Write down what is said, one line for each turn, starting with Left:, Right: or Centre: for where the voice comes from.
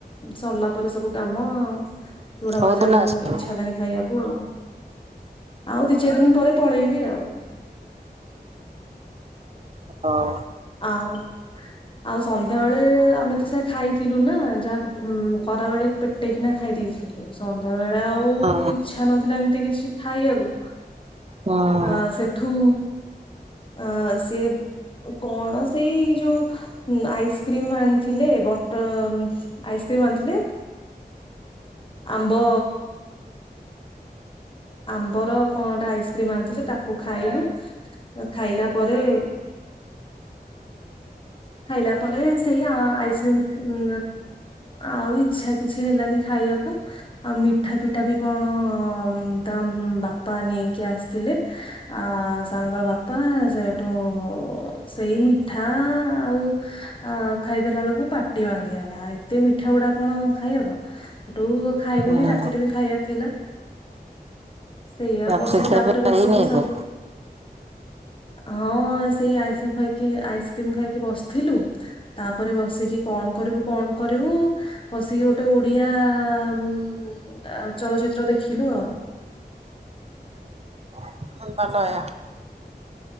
Left: ସରିଲା ପରେ ସବୁ କାମ ଆଉ ଚୁଡା
Right: କୋଉଦିନ
Left: ଭଜା <unintelligible>
Right: ଆସିବୁ?
Left: ଇଚ୍ଛା ହେଲାଣି ଖାଇଆକୁ ଆଉ। ଆଉ ଦି ଚାରି ଦିନ୍ ପରେ ପଳେଇବି ଆଉ।
Right: ହଁ।
Left: ଆଉ। ଆଉ ସନ୍ଧ୍ୟା ବେଳେ ଆମେ ତ ସେ ଖାଇଥିଲୁ ନା ଯାହା ଖରା ବେଳେ ପେଟେକିନା ଖାଇ ଦେଇଛି। ସନ୍ଧ୍ୟା ବେଳେ ଆଉ
Right: ହଁ
Left: ଇଚ୍ଛା ନ ଥିଲା ଏମତି କିଛି ଖାଇଆକୁ
Right: ହଁ।
Left: ଅଁ ସେଠୁ ଅଁ ସିଏ କଣ ସେଇ ଯୋଉ ଉଁ ଆଇସ୍କ୍ରିମ ଆଣିଥିଲେ ବଟର ଆଇସ୍କ୍ରିମ ଆଣିଥିଲେ। ଆମ୍ବ ଆମ୍ବର କଁ ଗୋଟା ଆଇସ୍କ୍ରିମ ଆଣିଥିଲେ ତାକୁ ଖାଇଲୁ। ଖାଇଲା ପରେ ଖାଇଲା ପରେ ସେଇ ଆଁ ଆଇସ୍କ୍ରିମ ଉଁ ଆଁ ଆଉ ଇଛା କିଛି ହେଲାନି ଖାଇଆକୁ। ଆଉ ମିଠା ଫିଠା ବି କଣ ତାଙ୍କ ବାପା ନେଇକି ଆସିଥିଲେ। ଆ ସାଙ୍ଗର ବାପା ସେଇଠୁ ସେଇ ମିଠା ଆଉ ଆଁ ଖାଇଦେଲା ବେଳକୁ ପାଟି ବାନ୍ଧି ହେଲା ଏତେ ମିଠା ଗୁଡା କଣ ଖାଇହବ। ସେଠୁ ଖାଇଲୁନି
Right: ହଁ।
Left: ରାତିଟେ ବି ଖାଇବା ଥିଲା। ସେଇଆ
Right: ରାତିରେ
Left: ବସିକି
Right: ଖିଆପିଆ
Left: ତାପରେ ବସିକି
Right: ହେଇନି ଏବେ?
Left: ସବୁ ହଁ ସେଇ ଆଇଁଷ ଖାଇକି ଆଇସ୍କ୍ରିମ ଖାଇକି ଵସଥିଲୁ ତାପରେ ବସିକି କଣ କରିବୁ କଣ କରିବୁ ବସିକି ଗୋଟେ ଓଡିଆ ଉଁ ଚଳଚ୍ଚିତ୍ର ଦେଖିଲୁ ଆଉ।
Right: <unintelligible>